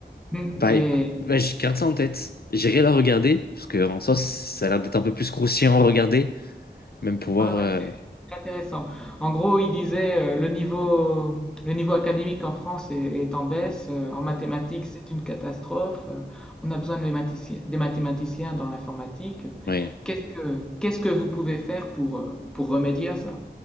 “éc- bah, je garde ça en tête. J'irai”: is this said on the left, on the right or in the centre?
Left